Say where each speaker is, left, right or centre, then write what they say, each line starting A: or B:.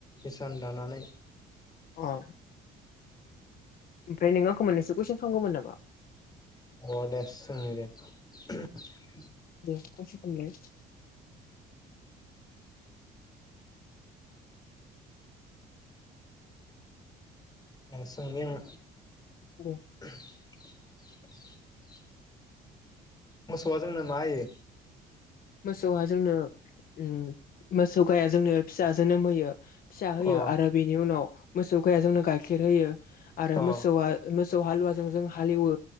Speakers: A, on the left (about 25°); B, on the left (about 60°).
A: इसान दानानै
B: औ। ओमफ्राय नों आंखौ मोननैसो कुइसन्स खालामगौमोन नामा?
A: अ दे सोंनि दे ।
B: <inaudible>
A: दे सोंनि आं
B: दे
A: । मोसौआ जोंनो मा होयो?
B: मोसौआ जोंनो उम मोसौ गाइआ जोंनो फिसा जोनोम होयो । फिसा होयो
A: अ
B: आरो बेनि उनाव मोसौ गाइआ जोंनो गाइखेर होयो आरो
A: अ
B: मोसौआ मो मोसौ हालुवाजों जों हालेवो